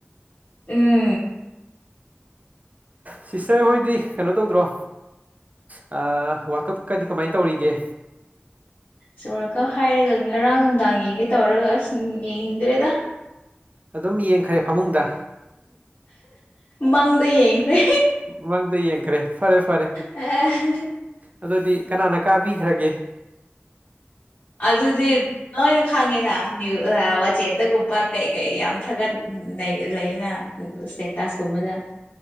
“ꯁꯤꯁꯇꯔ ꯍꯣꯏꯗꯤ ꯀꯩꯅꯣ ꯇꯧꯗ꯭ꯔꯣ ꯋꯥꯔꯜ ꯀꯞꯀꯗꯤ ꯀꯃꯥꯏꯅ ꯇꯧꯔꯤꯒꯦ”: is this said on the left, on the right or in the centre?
Right